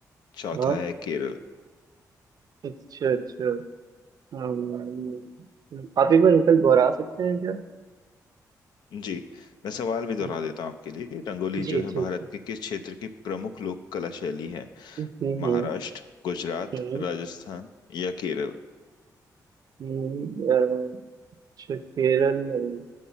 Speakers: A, on the left; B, on the right.
A: चौथा
B: हाँ
A: है केरल
B: अच्छा अच्छा हम्म, आप एक बार रुपये दोहरा सकते हैं क्या
A: जी मैं सवाल भी दोहरा
B: हाँ,
A: देता हूँ आपके लिए रंगोली
B: जी
A: जो है
B: ठीक
A: भारत
B: है
A: के किस क्षेत्र की प्रमुख लोक कला शैली है
B: हम्म
A: महाराष्ट्र
B: हम्म
A: गुजरात
B: हम्म,
A: राजस्थान या केरल
B: हम्म, अ, अच्छा केरल में